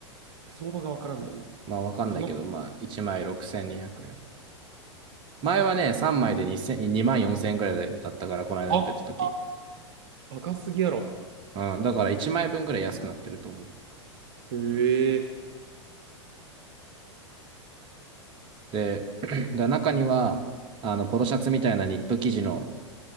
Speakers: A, on the right; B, on the right.
A: 相場がわからんねんな。
B: まあわかんないけど、
A: その、
B: まあ1枚6,200円。前はね、3枚で2 0 0万4000円くらいだったから、この間見てた時。
A: あ、あ高すぎやろ。
B: うん、だから1枚分ぐらい安くなってると思う。
A: ええ
B: で、<clears throat> だ中には、あの、ポロシャツみたいなニット生地の、